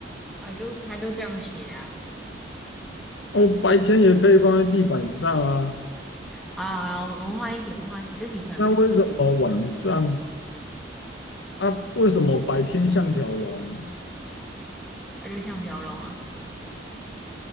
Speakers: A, in the centre; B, on the left.
A: 啊就它就这样写啊。
B: 哦，白天也可以放在地板上啊。
A: 啊，啦好啦，我们我们换一题，我们换一题，这题可能不太，
B: 那为什么晚上？啊，为什么白天像条龙
A: 它就像条龙啊。